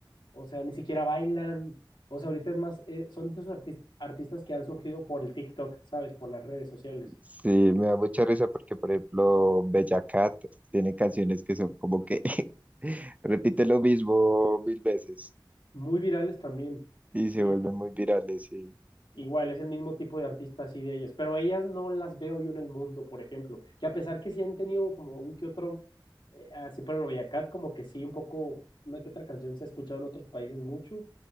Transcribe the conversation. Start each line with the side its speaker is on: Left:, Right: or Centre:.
Left: o sea, ni siquiera bailan. O sea, ahorita es más, eh, son de esos artis- artistas que han surgido por el TikTok, ¿sabes? Por las redes sociales.
Right: Sí, me da mucha risa porque, por ejemplo, Bella Cat tiene canciones que son como que <laughs> repite lo mismo mil veces
Left: Muy virales también.
Right: y
Left: Sí,
Right: se vuelven muy virales. Sí,
Left: Igual, es el mismo tipo de artistas y de ellas, pero ellas no las veo yo en el mundo, por ejemplo, que a pesar que sí han tenido como un que otro, eh, así por ejemplo Bella Cat, como que sí, un poco, una que otra canción se ha escuchado en otros países mucho,